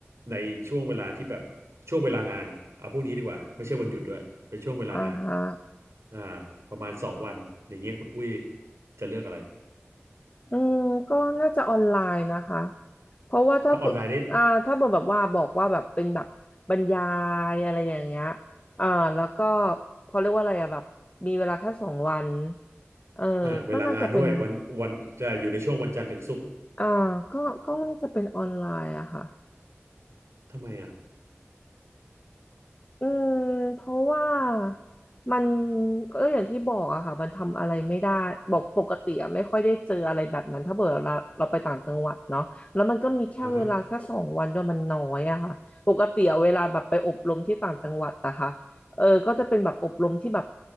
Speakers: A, on the right (about 85°); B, on the left (about 30°).
A: ในช่วงเวลาที่แบบช่วงเวลางานอ่ะเอาพวกนี้ดีกว่าไม่ใช่วันหยุดด้วยเป็นช่วงเวลางาน
B: อ่าฮะ
A: อ่าประมาณสองวันอย่างเงี้ยคุณอุ้ยจะเลือกอะไร
B: อืมก็น่าจะออนไลน์นะคะเพราะว่าถ้าเปิดอ่าถ้าเปิดแบบว่าบอกว่าแบบเป็นแบบบรรยา
A: ถ้าออนไลน์ได้
B: ยอะไรอย่างเงี้ยอ่าแล้วก็เขาเรียกว่าอะไรอะแบบมีเวลาแค่สองวันเออก็น่าจะเป็น
A: อ่าเวลางานด้วยวันวันจะอยู่ในช่วงวันจันทร์ถึงศุกร์
B: อ่าก็ก็น่าจะเป็นออนไลน์อะค่ะ
A: ทำไมอ่ะ
B: อืมเพราะว่ามันก็อย่างที่บอกอะค่ะมันทำอะไรไม่ได้บอกปกติอะไม่ค่อยได้เจออะไรแบบนั้นถ้าเกิดเราเราไปต่างจังหวัดเนาะแล้วมันก็มีแค่เวลาแค่สองวันด้วยมันน้อยอะค่ะปกติอะเวลาแบบไปอบรมที่ต่างจังหวัดอะค่ะเออก็จะเป็นแบบอบรมที่แบบ
A: อ่าฮะ